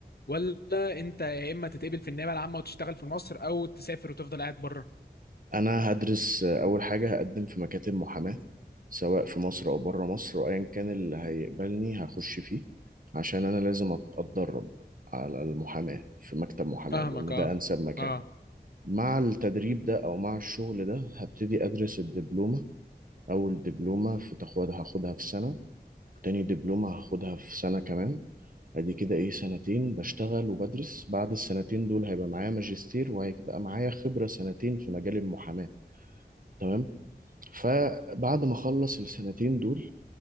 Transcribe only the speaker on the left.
ولا انت يا اما تتقبل في النيابه العامه وتشتغل في مصر او تسافر وتفضل قاعد بره
فاهمك
اه
اه